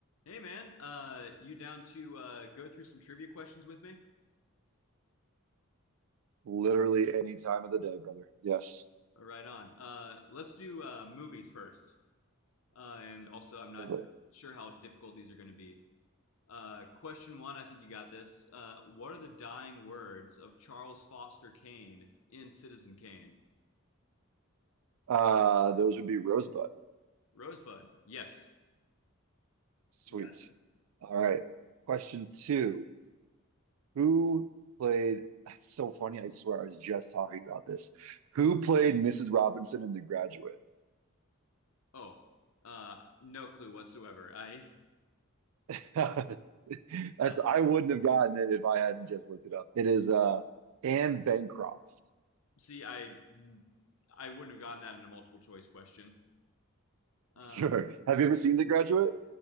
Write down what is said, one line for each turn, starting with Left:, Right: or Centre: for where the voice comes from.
Left: Hey man, uh, you down to uh, go through some trivia questions with me?
Right: Literally any time of the day, brother. Yes.
Left: Right on. Uh, let's do uh, movies first. Uh, and also, I'm not
Right: Love it.
Left: sure how difficult these are going to be. Uh, question one, I think you got this. Uh, what are the dying words of Charles Foster Kane in Citizen Kane?
Right: Uh, those would be Rosebud.
Left: Rosebud. Yes.
Right: Sweet.
Left: You got it.
Right: All right. Question two. Who played, that's so funny, I swear I was just talking about this. Who played Mrs. Robinson in The Graduate?
Left: Oh, uh, no clue whatsoever. I
Right: <laughs> That's
Left: uh,
Right: I wouldn't have gotten it if I hadn't just looked it up. It is uh Anne Bancroft. <laughs>
Left: see. I I wouldn't have gotten that in a multiple choice question. Uh,
Right: Sure. Have you ever seen The Graduate?